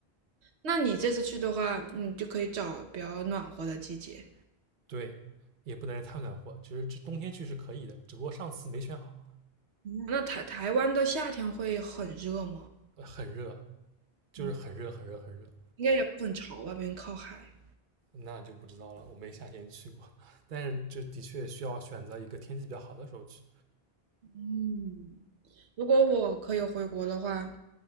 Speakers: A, on the right; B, on the right.
A: 那你这次去的话，你就可以找比较暖和的季节。
B: 对，也不能太赶暖和。其实这冬天去是可以的，只不过上次没选好，
A: 那台台湾的夏天会很热吗？
B: 呃很热，就是很热，
A: 嗯
B: 很热，很热。
A: 应该也会很潮吧，毕竟靠海。
B: 那就不知道了，我没夏天去过，<laughs> 但是这的确需要选择一个天气比较好的时候去。
A: 嗯，如果我可以回国的话，